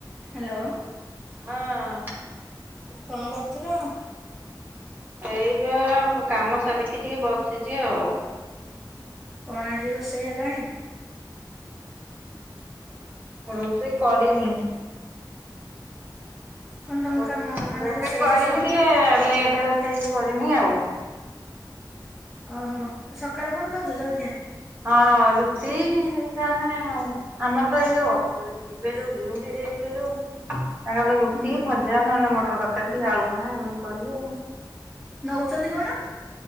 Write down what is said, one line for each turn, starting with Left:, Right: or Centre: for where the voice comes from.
Centre: Hello
Right: ହଁ
Centre: କଣ କରୁଥିଲ?
Right: ଏଇବେ କାମ ସାରିକି ଟିକେ ବସିଛି ଆଉ।
Centre: କଣ ଆଜି ରୋଷେଇ ହେଲାଣି?
Right: ରୋଷେଇ କରିନି।
Centre: କଣ ତମ
Right: ରୋଷେଇ
Centre: କାମ ମାନେ ରୋଷେଇବାସ
Right: କରିବି
Centre: ସରିନି?
Right: ଟିକେ ଲେଟ୍। ଭେଜ କରିମି ଆଉ।
Centre: ଓହୋ ସକାଳୁ କଣ ଖାଉଛ ଜଳିଖା।
Right: ହଁ ରୁଟି ଆମେ ଆମର ତ ଏଇ ଯୋଉ ଯିବେ ଯୋଉ ଡିଉଟି ଯିବେ ଯୋଉ ତାଙ୍କ ତ ରୁଟି
Centre: ହୁଁ
Right: ଭଜା ନହେଲେ ମଟର ତରକାରୀ ଟିକେ ଆଳୁ <unintelligible> ଏମିତି କରିବୁ।
Centre: ନଉଛନ୍ତି କଣ?